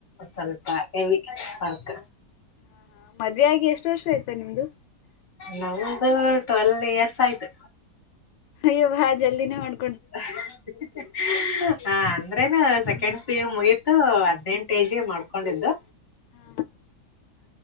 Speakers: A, on the left; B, on the left.
A: ಸ್ವಲ್ಪ ಹೆವಿ ವರ್ಕ
B: ಹಾ ಹಾ ಮದ್ವೆ ಆಗಿ ಎಷ್ಟು ವರ್ಷ ಆಯ್ತಾ ನಿಮ್ದು
A: ನಮ್ದು ಟ್ವೆಲ್ವ ಇಯರ್ಸ್ ಆಯ್ತು
B: ಹಯ್ಯವಾ ಜಲ್ದಿನೇ ಮಾಡ್
A: <unintelligible> ಹಾ ಅಂದ್ರೇನ ಸೆಕೆಂಡ್ ಪಿ ಯು ಮುಗೀತು ಹದ್ನೆೆಂಟ ಏಜಿಗೆ ಮಾಡ್ಕೊಂಡಿದ್ದು
B: ಹಾ